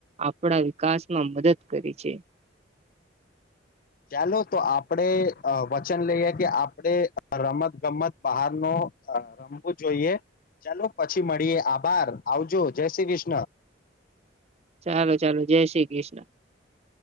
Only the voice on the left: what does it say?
ચાલો તો આપડે વચન લઈએ કે આપડણે રમત ગમત બહાર નો રમવુ જોઈએ ચાલો પછી મળીએ આભાર આવજો જય શ્રી કૃષ્ણ